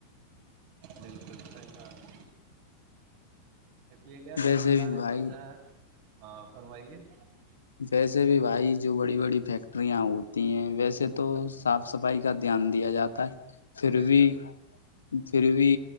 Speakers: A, on the right; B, on the left.
A: دل پڑت ہے اور <unintelligible> اس لیے کیا
B: ویسے
A: کئی انسان
B: بھی
A: ایسے
B: بھائی
A: ہوتا ہیں ہاں فرمائیے <unintelligible>
B: جی <unintelligible> سے بھی بھائی جو بڑی بڑی فیکٹری <unintelligible> یاں ہوتی ہیں ویسے تو
A: اچھا
B: صاف صفائی کا دھیان دیا جاتا ہے پھر
A: نہیں
B: بھی
A: سر
B: <unintelligible> پھر بھی